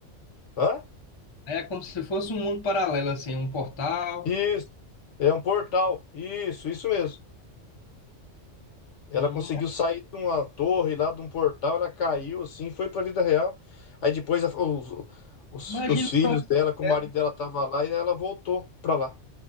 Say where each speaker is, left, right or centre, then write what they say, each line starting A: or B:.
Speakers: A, on the left (about 75°); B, on the left (about 30°).
A: Hã?
B: É como se fosse um mundo paralelo, assim, um portal.
A: Isso. É um portal. Isso, isso mesmo. Ela
B: Hum,
A: conseguiu sair de uma torre lá, de um portal, ela caiu assim, foi pra vida real. Aí depois a- os, os,
B: Imagina
A: os filhos
B: só essa
A: dela, com o
B: mulher,
A: marido dela tava lá e ela voltou pra lá.